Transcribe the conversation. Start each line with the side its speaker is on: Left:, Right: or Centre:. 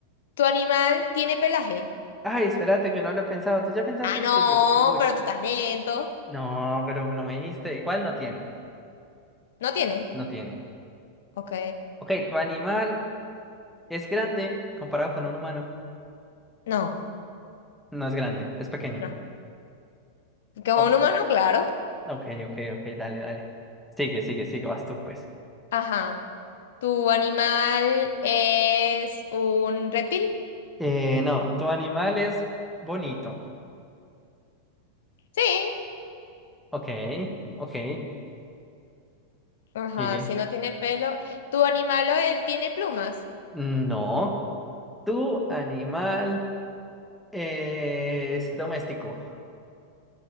Left: ¿tu animal tiene pelaje?
Centre: Ay, espérate que no lo he pensado. ¿Tú ya pensaste
Left: Ah,
Centre: el
Left: no,
Centre: tuyo? Uy.
Left: pero tu talento.
Centre: No, pero no me dijiste. Igual no tiene.
Left: ¿No tiene?
Centre: No tiene.
Left: Ok.
Centre: Ok, tu animal es grande comparado con un humano.
Left: No,
Centre: No es grande, es pequeño.
Left: no. Que es
Centre: Oh,
Left: un humano, claro.
Centre: ok, ok, ok, dale, dale. Sigue, sigue, sigue, vas tú pues.
Left: Ajá. ¿Tu animal es un reptil?
Centre: Eh, no, tu animal es bonito.
Left: Sí.
Centre: Ok, ok.
Left: Ajá,
Centre: Sigue.
Left: si no tiene pelo. ¿Tu animal o él tiene plumas?
Centre: No, tu animal es doméstico.